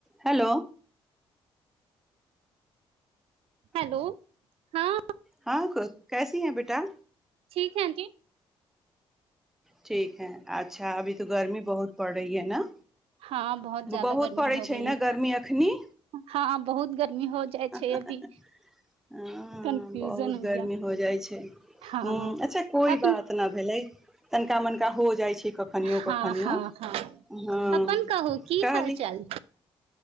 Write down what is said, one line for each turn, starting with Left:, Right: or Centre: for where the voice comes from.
Centre: Hello
Right: hello हँ
Centre: हाँ क- कैसी है बेटा
Right: ठीक है आंटी
Centre: ठीक है अच्छा अभी तऽ गर्मी बहुत पड़ रही है न
Right: हाँ ज्यादा
Centre: बहुत
Right: गर्मी
Centre: पड़ै
Right: हो गई
Centre: छै
Right: है
Centre: ने गर्मी एखनि
Right: हाँ बहुत गर्मी हो जाइ
Centre: ह
Right: छै अभी कन्फ्यूजन
Centre: बहुत
Right: गया
Centre: गर्मी हो जाइ छै
Right: हाँ
Centre: ह अच्छा कोइ
Right: अपन
Centre: बात नहि भेलै तनिका मननकिका हो जाइ छै कखनियो
Right: हाँ
Centre: कखनियो
Right: हाँ हाँ
Centre: हँ
Right: अपन कहू की
Centre: कहली
Right: हाल चाल